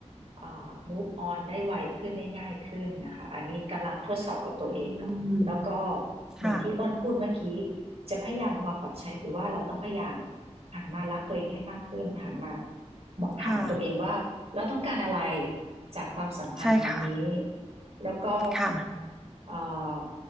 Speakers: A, on the right; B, in the centre.
A: เอ่อ move on ได้ไวขึ้นได้ง่ายขึ้นนะคะอันนี้กำลังทดสอบกับตัวเองเนาะแล้วก็
B: อืม
A: เหมือนที่อ้นพูดเมื่อกี้
B: ค่ะ
A: จะพยายามเอามาปรับใช้คือว่าเราต้องพยายามหันมารักตัวเองให้มากขึ้นหันมาถามตัวเองว่าเราต้องการอะไร
B: ค่ะ
A: จากความสัมพันธ์ครั้งนี้
B: ใช่ค่ะ
A: แล้วก็
B: ค่ะ
A: เอ่อ